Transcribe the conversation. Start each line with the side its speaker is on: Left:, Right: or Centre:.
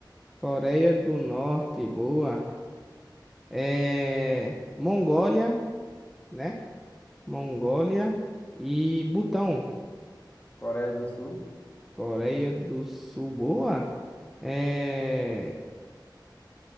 Centre: Coreia do Norte, boa. É, Mongólia, né? Mongólia e Butão.
Left: Coreia do Sul,
Centre: Coreia do Sul, boa. É...